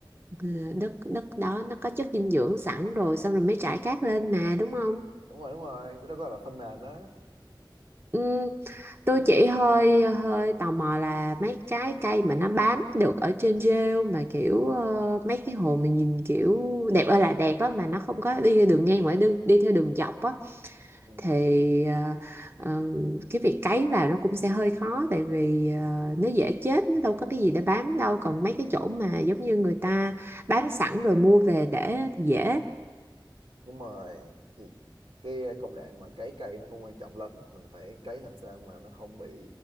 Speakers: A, on the right; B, on the right.
A: ờ, đất đất đó nó có chất dinh dưỡng sẵn rồi xong rồi mới trải cát lên mà đúng không
B: đúng rồi đúng rồi cái đó gọi là phân nền đó
A: Ừm, tôi
B: ừ,
A: chỉ hơi hơi tò mò là mấy cái cây mà nó bám được ở trên rêu mà kiểu ờ, mấy cái hồ mà nhìn kiểu đẹp ơi là đẹp á mà nó không có đi theo đường ngang mà nó đi, đi theo đường dọc á
B: ừ,
A: thì ờ, ờm, cái việc cấy vào nó cũng sẽ hơi khó tại vì ờ, nó dễ chết nó đâu có cái gì để bám đâu còn mấy cái chỗ mà giống như người ta bám sẵn rồi mua về để thì dễ
B: đúng rồi thì cái ờ, công đoạn mà cấy cây nó cũng quan trọng lắm mình phải cấy làm sao mà nó không bị